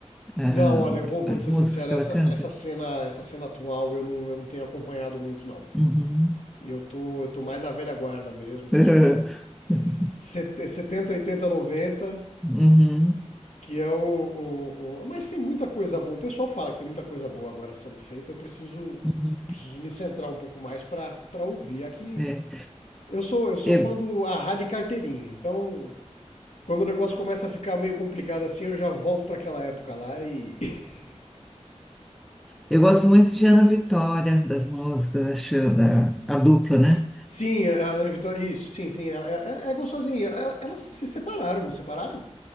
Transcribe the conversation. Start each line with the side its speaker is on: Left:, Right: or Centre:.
Centre: ah,
Left: Não, olha, eu vou, vou
Centre: as
Left: te ser
Centre: músicas
Left: sincero,
Centre: que
Left: essa,
Centre: ela canta?
Left: essa cena, essa cena atual eu não, eu não tenho acompanhado muito, não.
Centre: Uhum.
Left: Eu tô, eu tô mais na velha guarda mesmo, pessoal.
Centre: <laughs>
Left: Set- 70, 80, 90,
Centre: Uhum.
Left: que é o, o- o- Mas tem muita coisa boa. O pessoal fala que tem muita coisa boa agora sendo feita. Eu preciso,
Centre: Uhum.
Left: preciso me centrar um pouco mais pra pra ouvir. Aqui
Centre: É.
Left: eu sou, eu sou
Centre: Eu,
Left: fã do a rádio carteirinha, então Quando o negócio começa a ficar meio complicado assim, eu já volto pra aquela época lá e. <laughs>
Centre: eu gosto muito de Ana Vitória, das músicas, acho, da, a dupla, né?
Left: Sim, a Ana Vitória. Isso, sim, sim. É, é, é é gostosinha. Ela- Elas se separaram, não separaram?